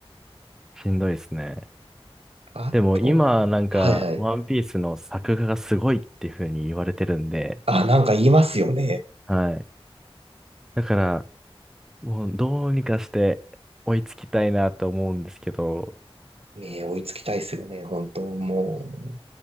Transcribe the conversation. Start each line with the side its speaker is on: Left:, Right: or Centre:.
Centre: しんどいですね。
Right: あと、
Centre: でも今、なんか、
Right: はいはい。
Centre: ワンピースの作画がすごいっていう風に言われてるんで、
Right: あ、なんか言いますよね。
Centre: はい。だから、もうどうにかして追いつきたいなと思うんですけど、
Right: ねえ、追いつきたいっすよね、本当も